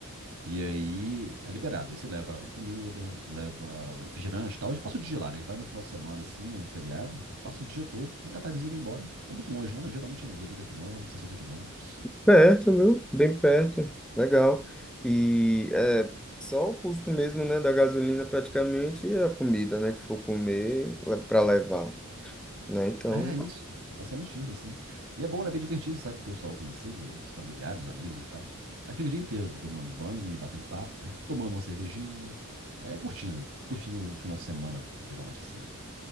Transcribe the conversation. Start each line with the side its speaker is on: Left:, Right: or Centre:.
Right: E aí é liberado. Aí você leva comida, leva refrigerante e tal. A gente passa o dia lá, né? Vai no final de semana, assim, no feriado, passa o dia todo, e a tardezinha vai embora. Não é muito longe, não. é Geralmente é uns oitenta quilômetros, sessenta quilômetros.
Centre: Perto, viu? Bem perto. Legal. E é só o custo mesmo, né, da gasolina praticamente e a comida, né, que for comer para levar, né? Então,
Right: É isso, basicamente isso, assim. E é bom, né? É Bem divertido, sabe? Com o pessoal conhecido, os familiares, amigos e tal. Aí fica o dia inteiro tomando banho e batendo papo, tomando uma cervejinha. É, curtindo, curtindo o final de semana, geralmente assim, né?